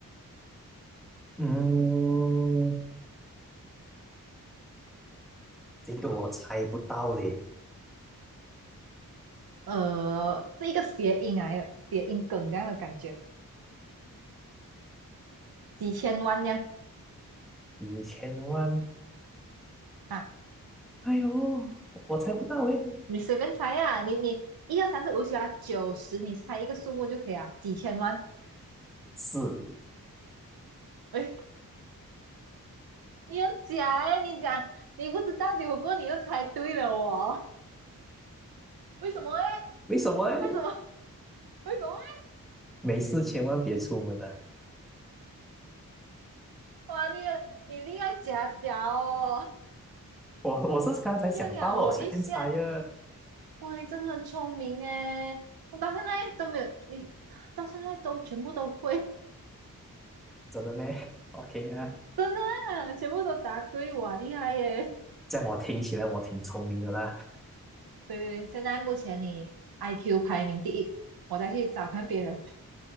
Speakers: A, in the centre; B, on the right.
A: 嗯，这个我猜不到嘞，
B: 呃，是一个谐音啊，有谐音梗这样的感觉，几千万这样
A: 一千万。
B: 啊。
A: 哎呦，我猜不到诶。
B: 你随便猜呀、啊你你一二三四五六七八九十，你猜一个数目就可以啊，几千万。
A: 是，
B: 哎，你很假哎、你讲你不知道，结果过后你又猜对了哦，为什么哎？
A: 为什么诶？
B: 为什么？为什么哎？
A: 没事，千万别出门的。
B: 哇，你你厉害假假哦，
A: 我我是刚才想到了，
B: 骗了我一下。
A: 我随便猜呀。
B: 哇，你真的很聪明哎，我到现在都没有，你到现在都全部都会，
A: <laughs> 真的咩？OK 啊。
B: 真的啊，全部都答对，哇，厉害耶！
A: 这样我听起来我挺聪明的啦。
B: 对对对，现在目前你 IQ 排名第一，我再去找看别人。